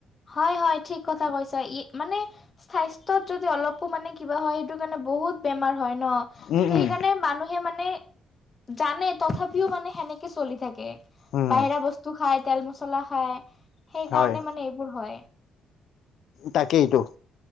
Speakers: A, on the left; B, on the left.
A: হয় হয়, ঠিক কথা কৈছা, ই মানে স্বাস্থ্যত যদি অলপো মানে কিবা হয় সেইটো কাৰণে বহুত বেমাৰ হয় ন'
B: উম
A: সেইকাৰণে
B: উম
A: মানুহে মানে জানে তথাপিও মানে সেনেকে চলি থাকে।
B: উম
A: বাহিৰা বস্তু খাই, তেল মছলা খায় সেই
B: হয়
A: কাৰণে মানে এইবোৰ হয়।
B: তাকেই এইটো,